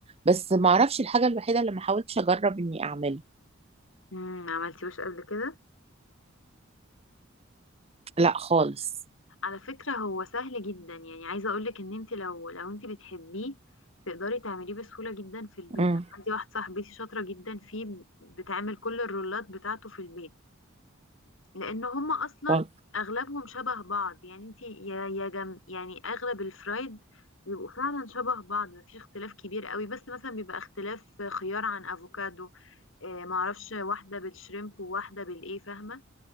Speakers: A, on the right (about 30°); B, on the left (about 70°).
A: بس ما اعرفش الحاجة الوحيدة اللي ما حاولتش اجرب اني اعملها
B: امم عملتيهوش قبل كده
A: لا خالص
B: على فكرة هو سهل جدا يعني عايزة اقولك ان انت لو لو انت بتحبيه تقدري تعمليه بسهولة جدا في البيت
A: امم
B: انا عندي واحدة صاحبتي شاطرة جدا فيه بتعمل كل الرولات بتاعته في البيت لان هما اصلا
A: خالص
B: اغلبهم شبه بعض يعني انت يا يا جم يعني اغلب الفرايد بيبقوا فعلا شبه بعض مفيش اختلاف كبير قوي بس مثلا بيبقى اختلاف خيار عن افوكادو آه، معرفش واحدة بالشريمب وواحدة بالايه فاهمة